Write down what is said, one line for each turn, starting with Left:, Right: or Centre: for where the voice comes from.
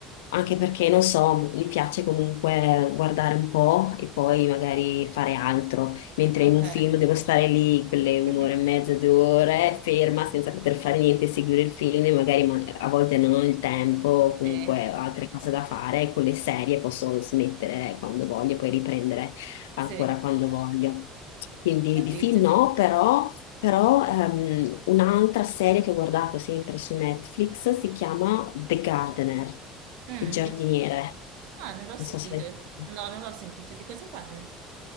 Left: anche perché non so, mi piace comunque guardare un po' e poi magari fare altro mentre
Right: ok.
Left: in un film devo stare lì quelle
Right: <laughs>
Left: un'ora e mezza, due ore, ferma senza poter fare niente, seguire il film, e magari ma- a volte non ho il tempo, o comunque
Right: Sì,
Left: ho altre cose da fare, con le serie posso smettere quando voglio, poi riprendere ancora
Right: sì,
Left: quando voglio. Quindi
Right: capito.
Left: di film no, però, però ehm, un'altra serie che ho guardato sempre su Netflix si chiama The Gardener,
Right: Mm,
Left: il giardiniere.
Right: di co- Ah, non l'ho
Left: Non
Right: sentito.
Left: so se l'hai sentita.
Right: No, non l'ho sentito. Di cosa parlo?